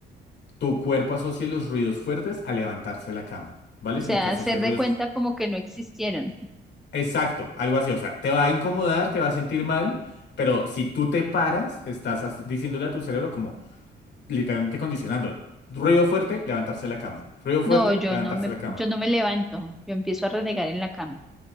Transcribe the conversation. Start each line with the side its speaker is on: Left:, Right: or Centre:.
Left: tu cuerpo asocie los ruidos fuertes a levantarse de la cama, ¿vale?
Centre: O sea,
Left: Sino que asocie
Centre: hacer de
Left: ruidos
Centre: cuenta como que no existieron.
Left: Exacto, algo así, o sea, te va a incomodar, te va a sentir mal, pero si tú te paras, estás así- diciéndole a tu cerebro como literalmente condicionándolo. Ruido fuerte, levantarse de la cama. Ruido fuerte,
Centre: No, yo
Left: levantarse
Centre: no me,
Left: de la cama.
Centre: yo no me levanto, yo empiezo a renegar en la cama.